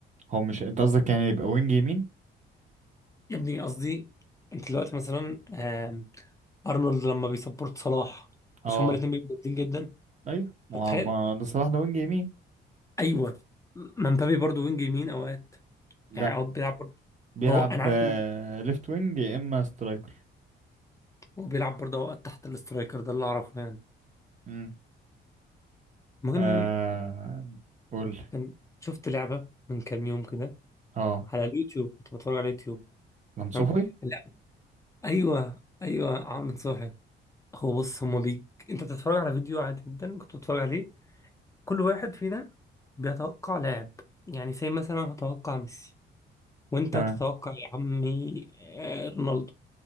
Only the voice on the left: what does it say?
يا ابني قصدي انت دلوقتي مثلا آم، ارنولد لما بيسبورت صلاح
مش هما الاثنين بيبقوا جامدين جدا
فتخيل
ايوه ما مبابي برضه وينج يمين اوقات
يعني اوقات بيلعب برضه
هو انا عارف إن
هو بيلعب برضه اوقات تحت الاسترايكر ده اللي اعرفه يعني
المهم
كان شفت لعبه من كام يوم كده
على اليوتيوب كنت بتفرج على اليوتيوب
تمام لا ايوه ايوه عامل صاحي هو بص هما بي انت بتتفرج على فيديو عادي جدا كنت بتتفرج عليه كل واحد فينا بيتوقع لاعب يعني زي مثلا أنا هتوقع ميسي وانت
هتتوقع يا عمي آه، رونالدو